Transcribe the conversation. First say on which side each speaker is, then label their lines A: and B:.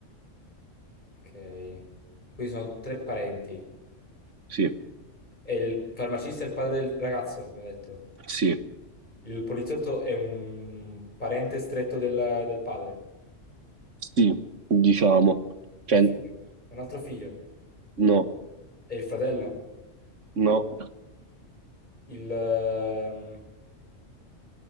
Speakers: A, on the left; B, on the right.
A: Ok, qui sono tre parenti.
B: Sì,
A: E il farmacista è il padre del ragazzo, abbiamo detto.
B: sì,
A: Il poliziotto è un parente stretto del, del padre.
B: sì, diciamo. Cioè,
A: Il figlio, un altro figlio.
B: no,
A: E il fratello?
B: no.
A: Il, ehm,